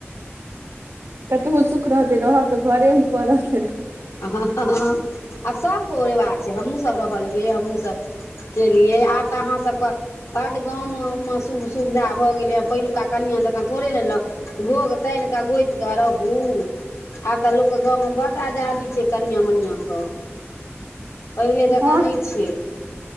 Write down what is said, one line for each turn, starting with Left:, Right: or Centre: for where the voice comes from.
Right: कतबो सुख रहतै रहऽ तऽ घरेमे पड़त।
Left: आ सभ कऽ ओरेबाक छै हमहूँ सभ रहलियै हमहूँ सभ केलियै आब तऽ अहाँ सबके बड गाममे सुख-सुविधा भऽ गेलैहे, पहिलुका कनियाॅं जकाँ थोड़े ने घोघ तानि कऽ गोति कऽ रहू, आब तऽ लोकके गाँवमे बड्ड आजादी छैकनियाॅं-मनिआंके। पहिले जकाँ
Right: हँ
Left: नहि छै।